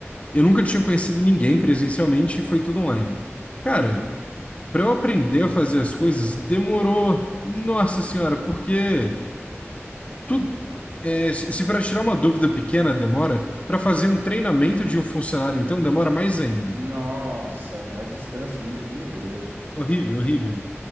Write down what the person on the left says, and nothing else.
eu nunca tinha conhecido ninguém presencialmente e foi tudo online. Cara,
para eu aprender a fazer as coisas, demorou, nossa senhora, porque tudo, é, se se para tirar uma dúvida pequena demora, para fazer um treinamento de um funcionário, então demora mais ainda.
Horrível, horrível.